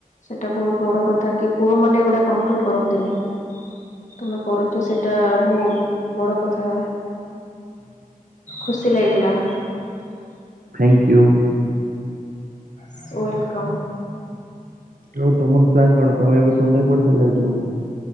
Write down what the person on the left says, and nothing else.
ସେଟା ବୋହୁତ୍ ବଡ କଥା କି, ପୁଅମାନେ ଏ ଗୁଡା କଣ୍ଟ୍ରୋଲ କରନ୍ତିନି, ତମେ କରୁ ଛ ସେଟା ବୋହୁତ୍ ବଡ କଥା, ଖୁସି ଲାଗିଲା।
So welcome.